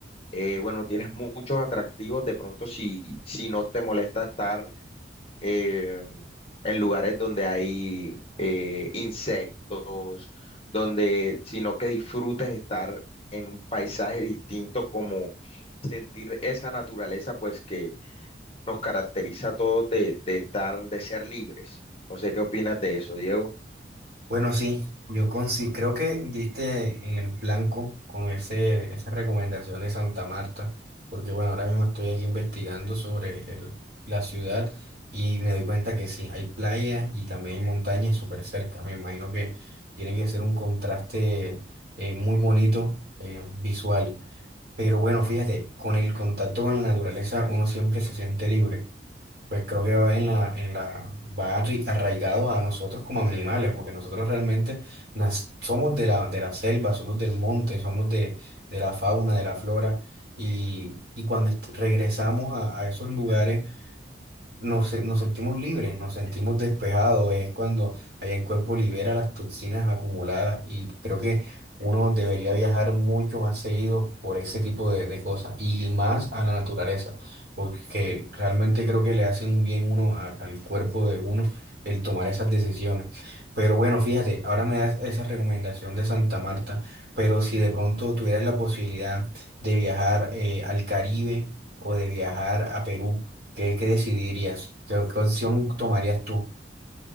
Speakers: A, on the left; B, on the right.
A: eh, bueno, tienes muchos atractivos, de pronto si, si no te molesta estar eh, en lugares donde hay eh, insectos, donde, sino que disfrutes estar en un paisaje distinto, como sentir esa naturaleza, pues que nos caracteriza a todos de, de estar, de ser libres. No sé qué opinas de eso, Diego.
B: Bueno, sí, yo consi- creo que diste en el blanco con ese, esa recomendación de Santa Marta, porque bueno, ahora mismo estoy aquí investigando sobre el- la ciudad y me doy cuenta que sí, hay playa y también hay montañas súper cerca. Me imagino que tiene que ser un contraste eh, muy bonito, eh, visual. Pero bueno, fíjate, con el contacto con la naturaleza uno siempre se siente libre. Pues creo que va en la, en la, va arri- arraigado a nosotros como animales, porque nosotros realmente nas- somos de la, de la selva, somos del monte, somos de, de la fauna, de la flora, y, y cuando est- regresamos a, a esos lugares, nos, se- nos sentimos libres, nos sentimos despejados, es cuando ahí el cuerpo libera las toxinas acumuladas y creo que uno debería viajar mucho más seguido por ese tipo de, de cosas y más a la naturaleza, porque realmente creo que le hace un bien uno al al cuerpo de uno el tomar esas decisiones. Pero bueno, fíjate, ahora me das esa recomendación de Santa Marta, pero si de pronto tuvieras la posibilidad de viajar eh, al Caribe o de viajar a Perú, ¿Qué, qué decidirías? ¿Qué, qué opción tomarías tú?